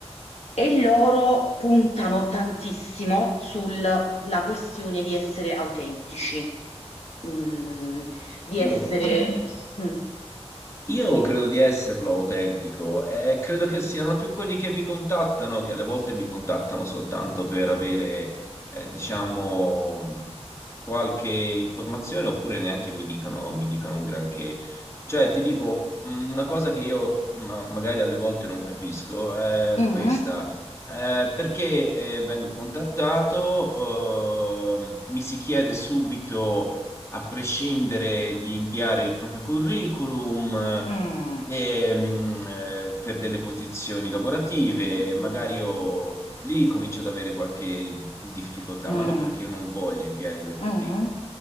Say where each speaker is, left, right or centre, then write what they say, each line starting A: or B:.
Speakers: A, on the left (about 70°); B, on the left (about 25°).
A: E loro puntano tantissimo sulla questione di essere autentici mm, di essere...
B: Io,
A: Mm.
B: io credo di esserlo autentico e credo che siano più quelli che mi contattano, che alle volte mi contattano soltanto per avere, eh, diciamo, qualche informazione oppure neanche mi dicono, mi dicono un granché. Cioè, ti dico, mh, una cosa che io ma- magari alle volte non capisco è
A: Mm,
B: questa. Eh, perché eh, vengo contattato, ehm, mi si chiede subito a prescindere di inviare il proprio curriculum
A: mm,
B: eh, e, mh, eh, per delle posizioni lavorative,
A: mm,
B: magari io lì comincio ad avere qualche difficoltà,
A: mm,
B: ma non perché io non voglia inviare il mio
A: mm.
B: curriculum,